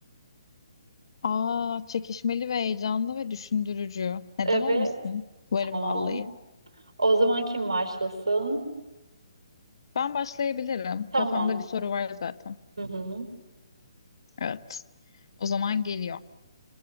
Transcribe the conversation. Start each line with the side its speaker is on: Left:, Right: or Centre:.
Left: Aa çekişmeli ve heyecanlı ve düşündürücü. Neden
Right: Evet,
Left: olmasın? Varım
Right: tamam.
Left: vallahi.
Right: O zaman kim başlasın?
Left: Ben başlayabilirim.
Right: Tamam.
Left: Kafamda bir soru var zaten.
Right: Hı hı.
Left: Evet. O zaman geliyor.